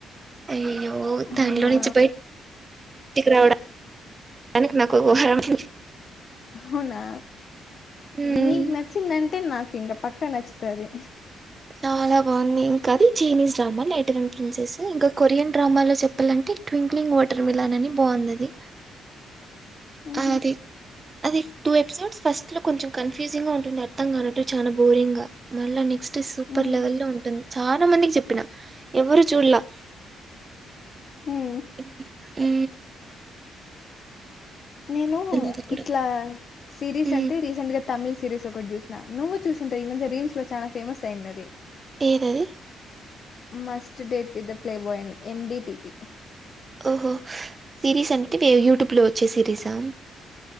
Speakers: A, on the right (about 30°); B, on the left (about 50°).
A: అయ్యయ్యో
B: అవునా
A: దాం లో నుంచి బయటికి రావడ దానికి నాకు ఒక వారం అయింది
B: అవునా
A: హ్మ్.
B: నీకు నచ్చిందంటే నాకు ఇంకా పక్క నచ్చుతుంది
A: చాలా బాగుంది ఇంకా అది Chinese drama lighter and princess ఇంకా కొరియన్డ్రామాలో చెప్ పల్ అంటే ట్వింక్లింగ్ వాటర్ మిల్ అని బాగుందది
B: మ్మ్
A: అది
B: హ్మ్
A: అది టూ ఎపిసోడ్స్ ఫస్ట్ లో కొంచెం కన్ఫ్యూజింగ్ గా ఉంటుంది అర్థం కానట్టు చాలా బోరింగ్ గా మళ్ళా నెక్స్ట్ సూపర్
B: మ్మ్
A: లెవెల్ లో ఉంటుంది చాలా మందికి చెప్పిన ఎవరు చూడలా
B: హ్మ్
A: ఇది ఊ
B: నేను
A: అది కూడా
B: ఇట్లా సిరీస్
A: మ్మ్,
B: అంటే రీసెంట్ గా తమిళ్ సిరీస్ ఒకటి చూసినా నువ్వు చూసింటవ్ ఈ మధ్య రీల్స్ లో చాలా ఫమస్ అయింది అది
A: ఏదది
B: must date with the play boy అని ఎం డిటిపి
A: ఓహో సిరీస్ అంటే యూట్యూబ్ లో వచ్చే సిరీసా